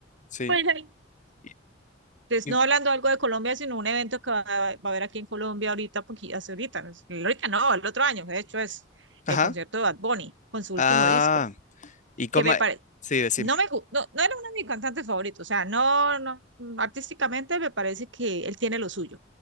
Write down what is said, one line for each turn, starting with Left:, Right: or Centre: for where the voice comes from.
Left: sí.
Right: Pues ahí
Left: Y-
Right: entonces,
Left: y-
Right: no hablando algo de Colombia, sino un evento que va, va a haber aquí en Colombia ahorita, porque hace ahorita, no, es- ahorita no, el otro año, de hecho es el
Left: ajá.
Right: concierto de Bad Bunny con su último
Left: Ah,
Right: disco,
Left: ¿y cómo?
Right: que me parece,
Left: Sí, decime.
Right: no me gu- no, no era uno de mis cantantes favoritos, o sea, no, no, mm, artísticamente me parece que él tiene lo suyo.